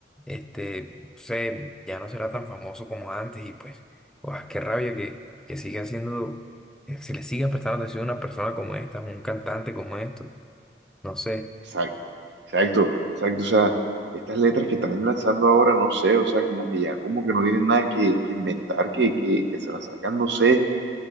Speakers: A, in the centre; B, on the right.
A: este, no sé, ya no será tan famoso como antes y pues, guau, qué rabia que, que siga siendo eh, se le siga prestando atención a una persona como esta, a un cantante como esto. No sé.
B: exacto, exacto, exacto, o sea, estas letras que están lanzando ahora, no sé, o sea, como que ya, como que no tienen nada que, que inventar, que, que, que se las sacan, no sé,